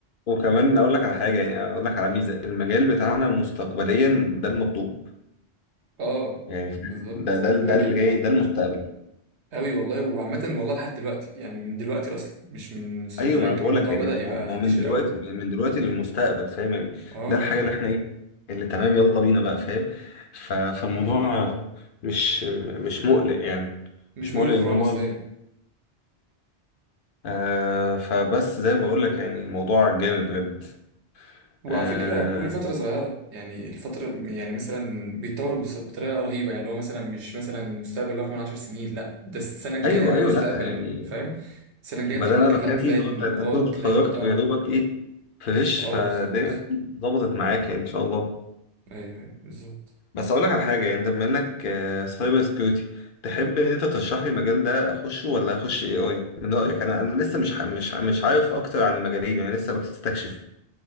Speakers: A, on the left; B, on the right.
A: وكمان اقول لك على حاجه يعني اقول لك على ميزه المجال بتاعنا مستقبليا ده المطلوب
B: اه
A: يعني فاهم؟
B: بالظبط
A: ده ده ده
B: قوي
A: اللي جاي ده المستقبل
B: قوي والله وعامه والله لحد دلوقتي يعني من دلوقتي اصلا مش من مستقبليا
A: ايوه ما انا
B: كمان
A: بقول
B: الموضوع
A: لك يعني
B: بدأ
A: ما
B: يبقى
A: هو ما هو
B: ينتشر
A: من دلوقتي
B: قوي
A: من دلوقتي للمستقبل فاهم يعني
B: اه
A: ده الحاجه اللي احنا ايه اللي تمام يلا بينا بقى فاهم ف- فالموضوع مش مش مقلق يعني
B: مش
A: مش
B: مولي
A: مقلق
B: خالص
A: ان هو
B: ايوه
A: آه فبس زي ما بقول لك يعني الموضوع جامد بجد
B: وعلى
A: آه
B: فكرة كل فترة صغيرة يعني الفترة يعني مثلا بيتطور بص- بطريقة رهيبة يعني اللي هو مثلا مش مثلا المستقبل اللي هو كمان عشر سنين لا ده السنة الجاية
A: ايوه
B: ده
A: ايوه
B: مستقبل
A: لا يعني
B: فاهم السنة الجاية
A: ما
B: انت
A: ده
B: ممكن
A: انا بتكلم
B: لا تلاقي
A: فيه اللي
B: ال-
A: هو انت انت
B: اه
A: كنت اتخرجت
B: تلاقي الموضوع
A: ويا دوبك ايه فريش
B: اه
A: فالدنيا
B: بالظبط
A: ظبطت معاك يعني ان شاء الله
B: ايوه ايوه بالظبط
A: بس اقول لك على حاجه يعني انت بما انك سايبر سكيورتي تحب ان انت ترشح لي المجال ده اخشه ولا اخش اي اي من رايك انا انا لسه مش ح- مش ع- مش عارف اكتر عن المجالين يعني لسه بستكشف